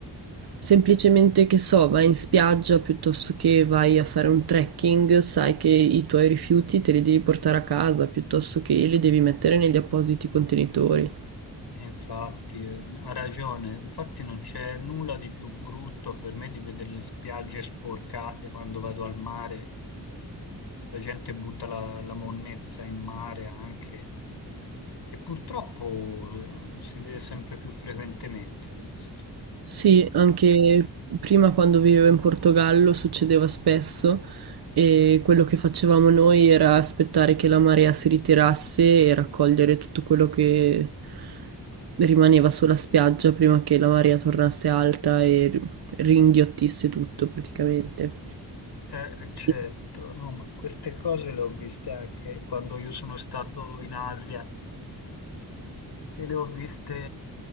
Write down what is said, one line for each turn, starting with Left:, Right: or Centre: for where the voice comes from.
Right: semplicemente che so, vai in spiaggia piuttosto che vai a fare un trekking, sai che i tuoi rifiuti te li devi portare a casa piuttosto che li devi mettere negli appositi contenitori.
Left: E infatti, eh, ha ragione, infatti non c'è nulla di più brutto per me di vedere le spiagge sporcate quando vado al mare. La gente butta la, la monnezza in mare anche e purtroppo eh, si vede sempre più frequentemente questo.
Right: Sì, anche prima quando vivevo in Portogallo succedeva spesso e quello che facevamo noi era aspettare che la marea si ritirasse e raccogliere tutto quello che rimaneva sulla spiaggia prima che la marea tornasse alta e ri- ringhiottisse tutto praticamente.
Left: Eh, certo,
Right: Sì.
Left: no, ma queste cose le ho viste anche quando io sono stato in Asia e le ho viste,